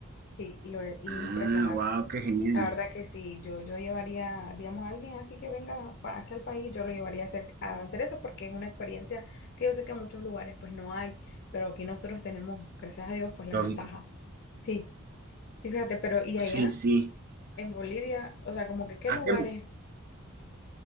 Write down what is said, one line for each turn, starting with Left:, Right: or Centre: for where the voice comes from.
Left: sí, y, lo, e, y
Right: Ah,
Left: es impresionante.
Right: wow, qué genial.
Left: La verdad que sí, yo, yo llevaría, digamos, a alguien así que venga pa- aquí al país, yo lo llevaría a hacer, a hacer eso porque es una experiencia que yo sé que en muchos lugares pues no hay, pero aquí nosotros tenemos, gracias a Dios, pues la
Right: Lógico.
Left: ventaja. Sí, sí, fíjate, pero ¿y allá?
Right: Sí, sí.
Left: En Bolivia, o sea, como que qué lugares.
Right: Acá